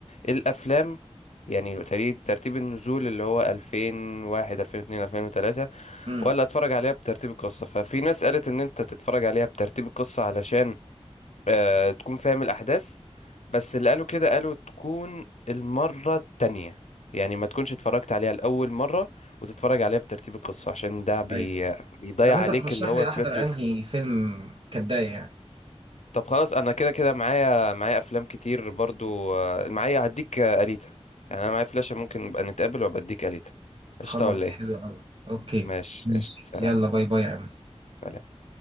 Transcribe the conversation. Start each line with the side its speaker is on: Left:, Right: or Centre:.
Left: الافلام يعني تري- ترتيب النزول اللي هو 2001 2002 2003
Right: امم
Left: ولا اتفرج عليها بترتيب القصه ففي ناس قالت ان انت تتفرج عليها بترتيب القصه علشان آه، تكون فاهم الأحداث بس اللي قالوا كده قالوا تكون المرة التانية يعني ما تكونش اتفرجت عليها لأول مرة وتتفرج عليها بترتيب القصة عشان ده بي...
Right: ايوه
Left: بيضيع
Right: طب انت
Left: عليك
Right: ترشح
Left: اللي هو
Right: لي
Left: البلوت
Right: احضر
Left: تويست
Right: انهي فيلم كبداية يعني
Left: طب خلاص أنا كده كده معايا معايا أفلام كتير برضو آه، معايا هديك آه، أليتا يعني أنا معايا فلاشة ممكن نبقى نتقابل وأبقى أديك أليتا
Right: خلاص
Left: قشطة ولا
Right: حلو
Left: إيه؟
Right: قوي اوكي
Left: ماشي
Right: ماشي
Left: قشطة سلام
Right: يلا باي باي يا انس
Left: سلام.